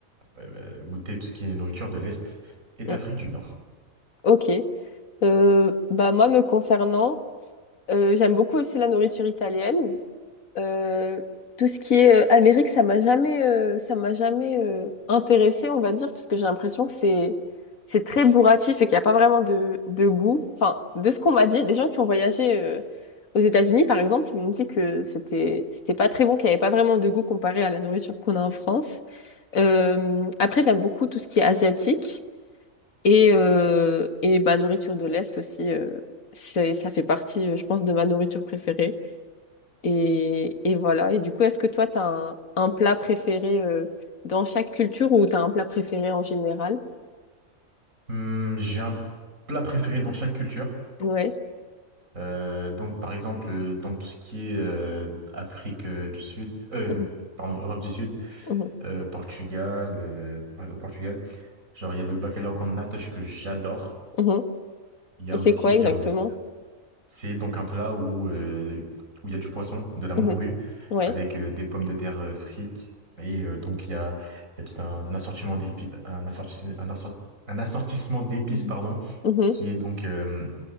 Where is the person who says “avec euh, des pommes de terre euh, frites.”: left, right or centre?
Right